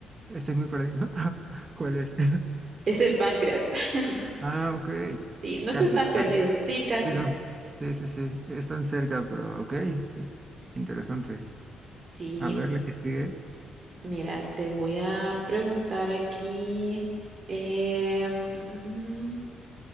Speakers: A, on the right; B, on the right.
A: estoy muy perdido. <laughs> ¿Cuál es? <laughs>
B: Es el páncreas. <laughs>
A: Ah, ok.
B: Sí, no estás
A: Casi.
B: tan
A: están-
B: perdido. Sí, casi.
A: Sí, no. Sí, sí, sí. Están cerca, pero ok. i- Interesante.
B: Sí,
A: A ver, la que sigue.
B: mira, te voy a preguntar aquí. em, mm, mm, mm,